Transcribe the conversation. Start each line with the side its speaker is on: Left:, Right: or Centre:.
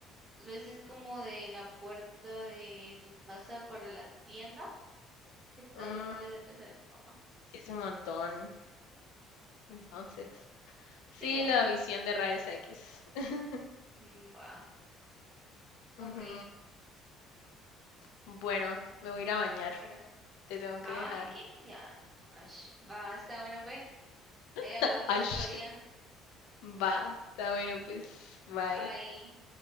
Right: tal vez es como de la puerta de tu casa para la tienda, que está
Left: Mm,
Right: a la par de la casa de tu mamá.
Left: sí, es un montón. Entonces,
Right: Sí,
Left: sí,
Right: ah.
Left: la visión de rayos X. <laughs>
Right: Mm, Va.
Left: Ujú.
Right: Ok.
Left: Bueno,
Right: Ah,
Left: me voy a ir a bañar.
Right: Ahora.
Left: Te tengo
Right: Ah,
Left: que dejar.
Right: ¿qué? Ya. Ash. Va, está bueno, pues. Ahí hablamos
Left: <laughs> Ash.
Right: otro día.
Left: Va, está bueno, pues. Bye.
Right: Bye.